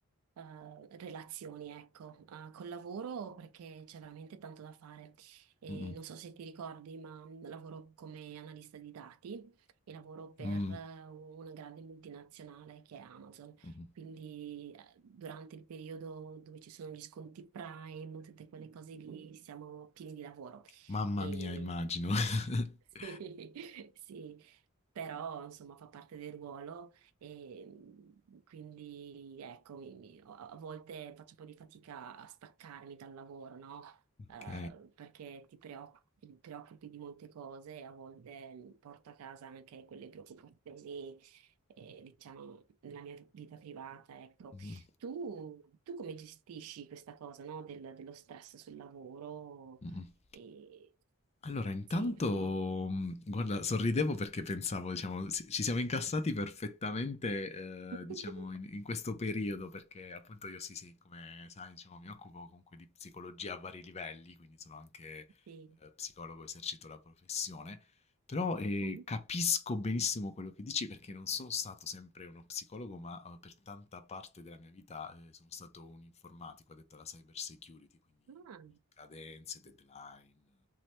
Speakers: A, on the right; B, on the left.
A: eh, relazioni, ecco. Eh, col lavoro perché c'è veramente tanto da fare. E
B: Mm,
A: non so se ti ricordi, ma lavoro come analista di dati e lavoro per
B: mm,
A: eh, una grande multinazionale che è Amazon.
B: mhm.
A: Quindi durante il periodo dove ci sono gli sconti Prime, tutte quelle cose lì, siamo pieni di lavoro.
B: Mamma
A: E
B: mia, immagino. <laughs>
A: sì, <laughs> sì, sì. Però insomma fa parte del ruolo e mh, quindi ecco, mi- mi- a a volte faccio un po' di fatica a staccarmi dal lavoro, no? Eh,
B: Ok.
A: perché ti preoccupi ti preoccupi di molte cose e a volte mm, porto a casa anche quelle preoccupazioni, eh, diciamo, nella mia vita privata, ecco.
B: Mm,
A: Tu, tu come gestisci questa cosa, no, del- dello stress sul lavoro?
B: mm.
A: E...
B: Allora, intanto,
A: Sì, insomma.
B: mh, guarda, sorridevo perché pensavo, diciamo, si- ci siamo incassati perfettamente,
A: <laughs>
B: eh, diciamo, in, in questo periodo, perché appunto io sì, sì, come sai, diciamo, mi occupo comunque di psicologia a vari livelli, quindi sono anche
A: Sì.
B: eh, psicologo, esercito la professione, però eh,
A: Mhm.
B: capisco benissimo quello che dici perché non sono stato sempre uno psicologo, ma eh, per tanta parte della mia vita eh, sono stato un informatico addetto alla cyber security, quindi
A: Ah,
B: cadenze, deadline